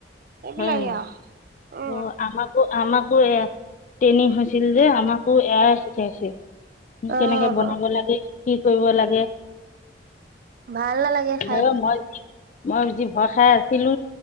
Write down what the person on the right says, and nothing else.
এইবিলাকে
আও
অহ
ভাল নালাগে
খাই